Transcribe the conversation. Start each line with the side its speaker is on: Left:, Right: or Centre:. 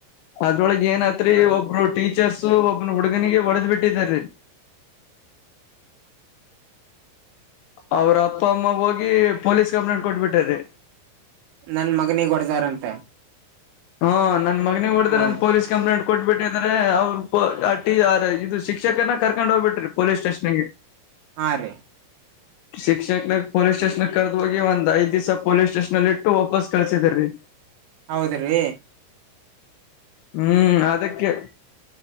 Left: ಅದ್ರೊಳಗೆ ಏನತ್ರಿ ಒಬ್ರು ಟೀಚರ್ಸ ಒಬ್ಬನ ಹುಡುಗನಿಗೆ ಹೊಡೆದ್ ಬಿಟ್ಟಿದಾರೀ. ಅವ್ರ ಅಪ್ಪ ಅಮ್ಮ ಹೋಗಿ ಪೊಲೀಸ್ ಕಂಪ್ಲೇಂಟ್ ಕೋಟಿಬಿಟ್ಟರಿ.
Right: ನನ್ ಮಗನಿಗ್ ಹೊಡದಾರಂತ.
Left: ಹಾ ನನ್ ಮನಿ ಹೊಡ್ರ
Right: ಹಾ
Left: ಅಂದ ಪೊಲೀಸ್ ಕಂಪ್ಲೇಂಟ್.. ಕೊಟ್ಬಿಟ್ಟಿ ಅಂದ್ರೆ ಅವ್ರರು ಇದು ಶಿಕ್ಷಕನ ಕರ್ಕೊಂಡ್ ಹೋಗ್ಬಿಟ್ರಿ ಪೊಲೀಸ್ ಸ್ಟೇಷನ್ ಗೆ.
Right: ಹಾ ರೀ.
Left: ಶಿಕ್ಷಕನ ಪೊಲೀಸ್ ಸ್ಟೇಷನ್ ಕರೆದ ಹೋಗ ಒಂದ್ ಐದ್ ದಿಸಾ ಪೊಲೀಸ್ ಸ್ಟೇಷನ್ಲ್ಲಿ ಇಟ್ಟು ವಾಪಸ್ ಕಳ್ಸಿದ್ರೀ.
Right: ಹೌದ ರೀ.
Left: ಹ್ಮ್ ಅದಕ್ಕೆ.